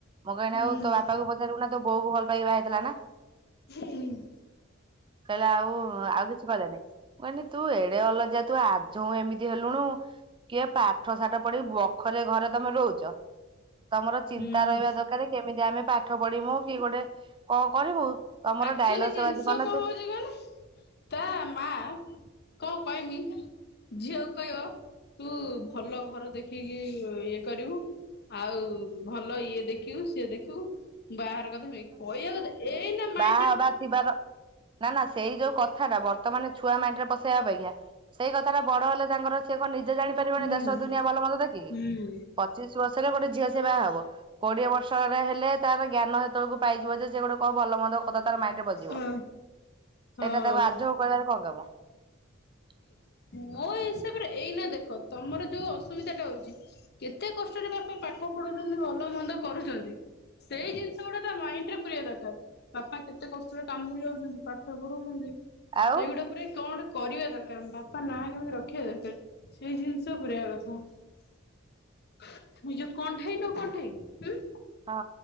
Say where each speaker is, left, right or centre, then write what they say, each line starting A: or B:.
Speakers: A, on the right; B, on the left.
A: ମୁଁ କହିଲି
B: ହୁଁ
A: -ଆଉ ତୋ ବାପା କୁ ପଚାରିବୁ ନା, ତୋ ବୋଉ କୁ ଭଲ ପାଇକି ବାହା ହେଇଥିଲା ନା
B: ଜ ହିନ୍ଦ <unintelligible>
A: କହିଲା ଆଉ, ଆଉ କିଛି କହିଲାନାଇ, ମୁଁ କହିଲି ତୁ ଏଡେ ଅଲଜା ତୁ ଆଜ ଏମିତି ହେଲୁଣୁ କିଏ ପାଠ ସାଠ ପଢିକି ବଖରେ ଘରେ ତମେ ରହୁଛ ତମର ଚିନ୍ତା
B: ହୁଁ।
A: ରହିବା ଦରକାର, କେମିତି ଆମେ ପାଠ ପଢମୁ, କି ଗୋଟେ କଣ କରିବୁ ତମର
B: ଆକ୍ଚୁଆଲି
A: ଡାଇଲଗ
B: ଜିନିଷ
A: ସବୁ ଆଜି ନା
B: କଣ
A: ତୁ
B: ହଉଛି, କହିଲେ ତା ମା କଣ କହମି, ଝିଅକୁ କହିବ ତୁ ଭଲ ଘର ଦେଖିକି ଇଏ କରିବୁ। ଆଉ ଭଲ ଇଏ ଦେଖିବୁ, ସିଏ ଦେଖିବୁ ବାହାର କଥା, କହିବା କଥା ଏଇ ମାଇ
A: ବା ଥିବାର ନା, ନା ସେଇ ଯୋଉ କଥାଟା ବର୍ତ୍ତମାନ ଛୁଆ ମାଇଣ୍ଡ ରେ ପସେଇବା ଅପେକ୍ଷା, ସେଇ କଥା ଟା ବଡ ହେଲେ ତାଙ୍କର ସଣ ନିଜ ଜାଣି ପାରିବନି,
B: ହୁଁ
A: ଦେଶ ଦୁନିଆ ଭଲ ମନ୍ଦ ଦେଖିକି,
B: ହୁଁ
A: ପଚିଶ ବର୍ଷ ଯେତେ ବେଲେ ସେ ଗୋଟେ ଝିଅ ସେ ବାହାହବ, କୋଡିଏ ବର୍ଷରେ ହେଲେ, ତାର ଜ୍ଞାନ ତଳକୁ ପାଇଯିବ ଯେ- ସେ ଗୋଟେ କଣ ଭଲ ମନ୍ଦ କଥା ତାର ମାଇଣ୍ଡରେ ବଜିବ,
B: ଅ
A: ସେଇଟା
B: ହଁ
A: ତାକୁ ଆଯ୍ୟ ହ କହିବାରେ କଣ କାମ? <inaudible>
B: ମୋ ହିସାବରେ ଏଇନା ଦେଖ, ତମର ଯୋଉ ଅସୁବିଧା ଟା ହଉଛି, କେତେ କଷ୍ଟରେ ବାପ ପାଠ ପଢୁଉଚନ୍ତି, ଭଲ ମନ୍ଦ କରୁଛନ୍ତି। ସେଇ ଜିନିଷ ଗୁଡା ତା ମାଇଣ୍ଡ ରେ ପୁରେଇବା ଦରକାର, ବାପା କେତେ କଷ୍ଟରେ କାମ କୁ ଯାଉଛନ୍ତି, ପାଠ ପଢଉଛନ୍ତି,
A: ଆଉ
B: ସେଇଗୁଡା ଉପରେ କଣ କରିବା ବାପା ନା କେମିତି ରଖିବା ଦରକାର, ସେଇ ଜିନିଷ ପୁରେଇବା କଥା। ନିଁ ଯୋଉ କଣ୍ଢେଇ ନୁହଁ କଣ୍ଢେଇ ହୁଁ
A: ହଁ।